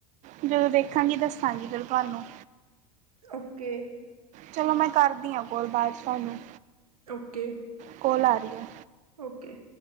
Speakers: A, on the right; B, on the right.
A: ਜਦੋਂ ਦੇਖਾਂਗੀ ਦਸਾਂਗੀ ਫੇਰ ਤੁਹਾਨੂੰ
B: ਓਕੇ
A: ਚਲੋ ਮੈਂ ਕਰਦੀ ਆ ਕੋਲ ਬਾਅਦ ਚੇ ਤੁਹਾਨੰ
B: ਓਕੇ
A: ਕੋਲ ਆ ਰੀ ਏ,
B: ਓਕੇ